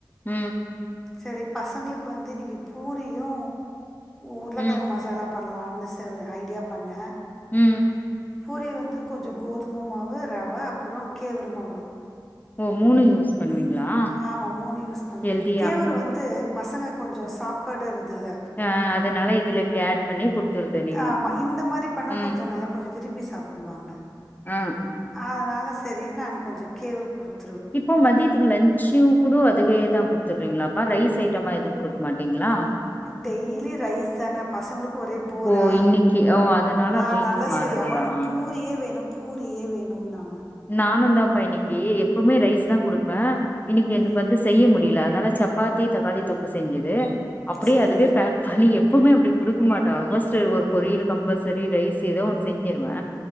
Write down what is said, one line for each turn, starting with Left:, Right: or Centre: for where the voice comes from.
Left: உ
Centre: சரி பசங்களுக்கு வந்து இன்னைக்கு பூரியு உருளைக்கிழங்கு
Left: ம்
Centre: மசாலா பண்லானு ஐடியா பண்ணே
Left: ம்
Centre: பூரி வந்து கொஞ்ச கோதும மாவு ரவ அப்புறோ கேவுரு மாவு
Left: ஒ மூனு யூஸ் பண்ணுவீங்களா
Centre: ஆமா மூணு யூஸ் பண்ணு
Left: ஹெல்தியா
Centre: கேவுரு வந்து பசங்க கொஞ்ச சாப்பிடுறதில்ல
Left: ஆ அதனால இதுல இப்டி ஆட் பண்ணி குடுத்துருது நீங்கோ
Centre: ஆமா இந்த மாரி பண்ணா
Left: ம்
Centre: கொஞ்ச நல்லா கொஞ்சோ விரும்பி சாப்பிடுவாங்க
Left: ஆ
Centre: அதனால சரின் நா கொஞ்ச கேவ குடுத்த
Left: இப்போ மதியத்துக்குலன் ஷிவ் குட அதுவே தா குடுத்துடுறீங்களாப்பா ரைஸ் ஐட்டமா எதுவு குடுக்க மாட்டீங்களா
Centre: டெய்லி ரைஸ் தான பசங்களுக்கு ஒரே போரா
Left: ஓ இன்னைக்கு ஓ அதனால
Centre: ஆரால
Left: அப்டியே இன்னைக்கு மாறுதலா
Centre: சரி ஆமா எனக்கு பூரியே வேனு பூரியே வேணும்ன்னாங்க
Left: நானு தான்ப்பா இன்னைக்கு எப்பவுமே ரைஸ் தா குடுப்பே இன்னைக்கு எனக்கு
Centre: ம்.
Left: வந்து செய்ய முடியல அதனால சப் சப்பாத்தி தக்காளி தொக்கு செஞ்சுது அப்டியே
Centre: சரி.
Left: அதுவே பேக் பனி எப்பவுமே அப்டி குடுக்க மாட்டே ஆல்மோஸ்ட் ஒரு பொரியலு கம்பல்ஸர ரைஸ் ஏதோ ஒன்னு செஞ்சிருவே